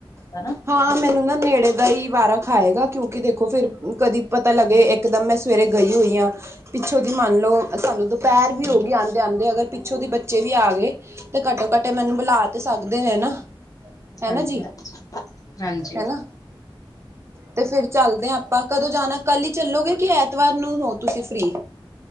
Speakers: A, on the left; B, on the right.
A: ਹਨਾ
B: ਹਾਂ ਮੈਨੂੰ ਨਾ ਨੇੜੇ ਦਾ ਈ ਵਾਰਾਂ ਖਾਏਗਾ, ਕਿਉਂਕਿ ਦੇਖੋ ਫਿਰ ਕਦੀ ਪਤਾ ਲੱਗ ਤੇ ਇੱਕਦਮ ਮੈਂ ਸਵੇਰੇ ਗਈ ਹੋਈ ਆ। ਪਿੱਛੋਂ ਦੀ ਮੰਨ ਲ‌ਓ ਤਾਨੂੰ ਦੁਪਹਿਰ ਵੀ ਹੋ ਗਈ, ਆਦੇ- ਆਦੇ ਅਗਰ ਪਿੱਛੋਂ ਦੀ ਬੱਚੇ ਵੀ ਆ ਗਏ ਤੇ ਘੱਟੋ-ਘੱਟ ਇਹ ਮੈਨੂੰ ਬੁਲਾ ਤੇ ਸਕਦੇ ਐ ਨਾ।
A: ਹਾਂਜੀ-ਹਾਂਜੀ
B: ਹਨਾ ਜੀ
A: ਹਾਂਜੀ।
B: ਹਨਾ ਤੇ ਫੇਰ ਚੱਲਦੇ ਆ ਆਪਾਂ, ਕਦੋਂ ਜਾਣਾ ਕੱਲ ਈ ਚੱਲੋਗੇ ਕਿ ਐਤਵਾਰ ਨੂੰ ਹੋ ਤੁਸੀਂ ਫ੍ਰਰੀ?